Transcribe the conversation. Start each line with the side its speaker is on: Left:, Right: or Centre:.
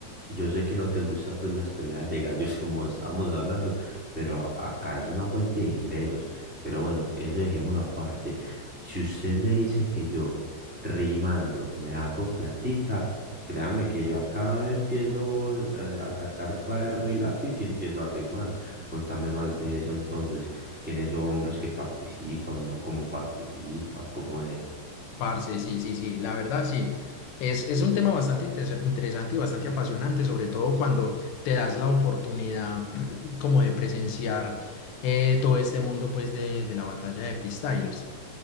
Centre: yo sé que no te gusta pues las peleas de gallos <laughs> como estábamos hablando, pero a- acá es una fuente de ingresos. Pero bueno, eso dejémoslo aparte. Si usted me dice que yo rimando me hago platica, créame que yo acá empiezo a, a sacar cuaderno y lápiz y empiezo a rimar. Contame más de eso entonces, quiénes son los que participan, ¿No cómo participa, cómo es.
Left: Parce, sí, sí, sí, la verdad sí. Es, es un tema bastante inter- interesante y bastante apasionante, sobre todo cuando te das la oportunidad <clears throat> como de presenciar eh, todo este mundo pues de, de la batalla de freestylers.